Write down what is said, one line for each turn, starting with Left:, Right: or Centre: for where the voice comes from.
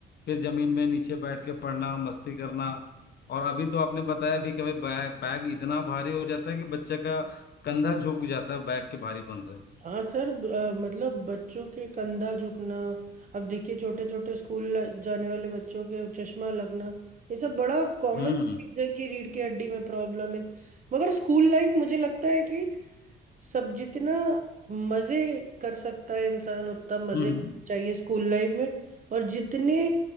Left: फिर जमीन में नीचे बैठ के पढ़ना मस्ती करना और अभी तो आपने बताया भी कि भाई बैग बैग इतना भारी हो जाता है कि बच्चे का कंधा झुक जाता है बैग के भारीपन से
Right: हाँ सर ब- अ, मतलब बच्चों के कंधा झुकना अब देखिए छोटे छोटे स्कूल जाने वाले बच्चों के चश्मा लगना ये सब बड़ा कॉमन
Left: हम्म
Right: चीज है कि रीढ़ की हड्डी में प्रॉब्लम है मगर स्कूल लाइफ मुझे लगता है कि सब जितना मजे कर सकता है इंसान उतना मजे
Left: हम्म
Right: करने चाहिए स्कूल लाइफ में और जितने